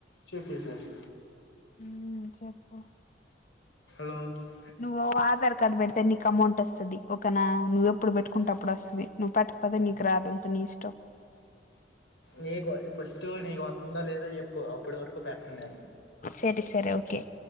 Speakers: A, on the left (about 85°); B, on the left (about 45°).
A: చుప్ జస్
B: ఊమ్ చెప్పు
A: కా
B: నువ్వు ఆధార్ కార్డు పెడితే నీకు అమౌంట్ వస్తది. ఒకే నా నువ్వెప్పుడు పెట్టుకుంటె అప్పుడు వస్తది. నువ్వు పెట్టకపోతే, నీకు రాదు ఇంక నీ ఇష్టం.
A: నీకు ఫస్ట్ నీకు వత్తుందా లేదా చెప్పు అప్పుటి వరకు పెట్టన్ నేను
B: సరే సరే ఓకే